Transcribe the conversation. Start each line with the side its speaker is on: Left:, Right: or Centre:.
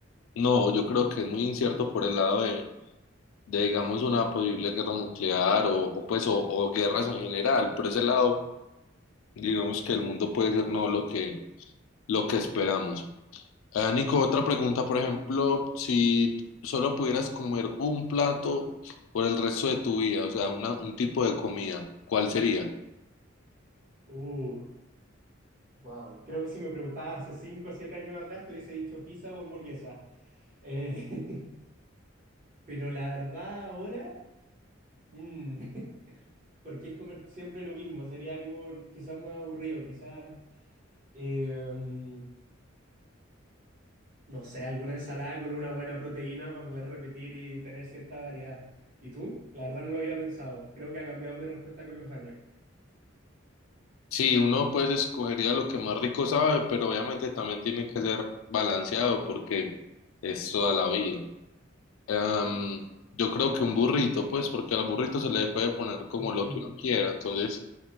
Left: No, yo creo que es muy incierto por el lado de, de, digamos, una posible guerra nuclear o, o pues, o, o guerras en general. Por ese lado, digamos que el mundo puede ser no lo que, lo que esperamos. Ah, Nico, otra pregunta, por ejemplo, si solo pudieras comer un plato por el resto de tu vida, o sea, una, un tipo de comida, ¿cuál sería?
Right: Uh, wow. Creo que si me preguntabas hace 5 o 7 años atrás te hubiese dicho pizza o hamburguesa. Eh, <laughs> pero la verdad ahora, mm, <laughs> porque es comer siempre lo mismo, sería algo quizás más aburrido, quizás... eh, no sé, alguna ensalada con una buena proteína para poder repetir y tener cierta variedad. ¿Y tú? La verdad no lo había pensado. Creo que ha cambiado mi respuesta con los años.
Left: Sí, uno pues escogería lo que más rico sabe, pero obviamente también tiene que ser balanceado porque es toda la vida. Am, yo creo que un burrito, pues, porque al burrito se le puede poner como
Right: Mm,
Left: lo que uno quiera. Entonces,